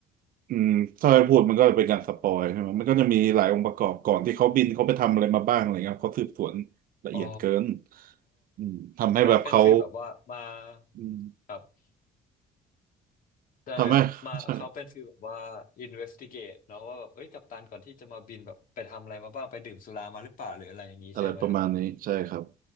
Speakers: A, on the right; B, on the left.
A: อืมถ้าให้พูดมันก็เป็นการสปอยใช่ไหมมันก็จะมีหลายองค์ประกอบก่อนที่เขาบินเขาไปทำอะไรมาบ้างอะไรเงี้ยเขาสืบสวนละเอียดเกิน
B: อ๋อ
A: อืมทำให้แบบเขา
B: เป็นเป็นฟีลแบบว่ามา
A: อืม
B: ครับ ได้เลยมาเขาเป็นฟีลแบบว่า
A: ทำให้ <laughs> ใช่
B: investigate เนาะว่าแบบเอ้ยกัปตันก่อนที่จะมาบินแบบไปทำอะไรมาบ้างไปดื่มสุรามาหรือเปล่าหรืออะไรอย่างนี้ใช่ไหม
A: อะไรประมาณนี้ใช่ครับ